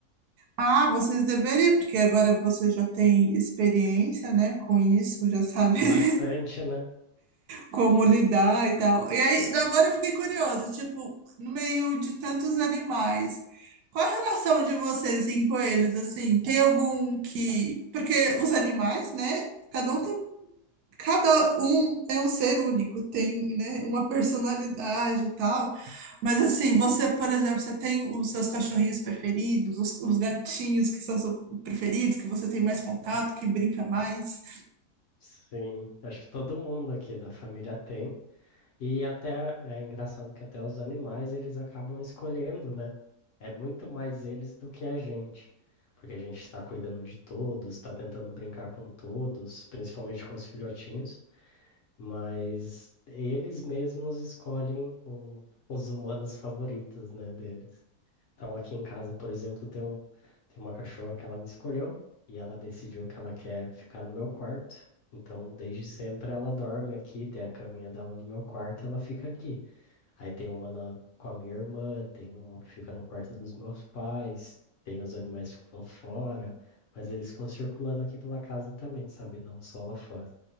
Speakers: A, on the right; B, on the left.
A: Ah, vocês deveriam, porque agora você já tem experiência, né, com isso, já sabe
B: Bastante,
A: <laughs>
B: né?
A: como lidar e tal. E aí, agora eu fiquei curiosa, tipo, no meio de tantos animais, qual a relação de vocês, assim, com eles, assim? Tem algum que... Porque os animais, né, cada um tem cada um é um ser único, tem, né, uma personalidade e tal. Mas assim, você, por exemplo, você tem os seus cachorrinhos preferidos, os, os gatinhos que são seus preferidos, que você tem mais contato, que brinca mais,
B: Sim, acho que todo mundo aqui da família tem. E até é engraçado que até os animais eles acabam escolhendo, né? É muito mais eles do que a gente, porque a gente está cuidando de todos, está tentando brincar com todos, principalmente com os filhotinhos, mas eles mesmos escolhem o- os humanos favoritos, né, deles. Então, aqui em casa, por exemplo, tem um, tem uma cachorra que ela me escolheu e ela decidiu que ela quer ficar no meu quarto. Então, desde sempre ela dorme aqui, tem a caminha dela no meu quarto e ela fica aqui. Aí tem uma na- com a minha irmã, tem uma que fica no quarto dos meus pais, tem os animais que ficam fora, mas eles ficam circulando aqui pela casa também, sabe? Não só lá fora.